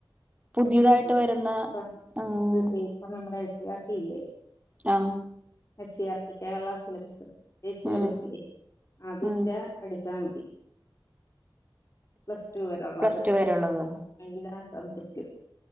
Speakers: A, on the right; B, on the left.
A: പുതിയതായിട്ട്
B: അല്ലടാ
A: വരുന്ന
B: <unintelligible>
A: ആഹ്
B: ഇപ്പ നമ്മുടെ എസ് സി ആർ ടി ഇല്ലേ?
A: ആ
B: S C R T Kerala syllabus state സിലബസ്സില്ലേ
A: ഉം
B: അതിന്റെ
A: ഉം
B: പഠിച്ച ച്ചാ മതി, പ്ലസ് ടു വരേ ഒള്ളത്,
A: പ്ലസ് ടു വരെ ഉള്ളത്
B: എല്ലാ സബ്ജെക്ടും.